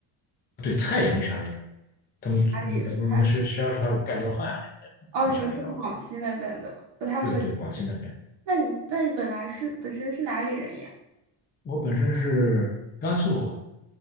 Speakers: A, on the left; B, on the right.
A: 对，菜也没啥味道。他们嗯，
B: 哪里的菜？
A: 不是我们学学校食堂有盖浇饭啊这些的，
B: 哦，
A: 没啥味道的。
B: 你就是说广西那边的，不太合你胃
A: 对对，广西那边，
B: 那你那你本来是本身是哪里人呀？
A: 我本身是甘肃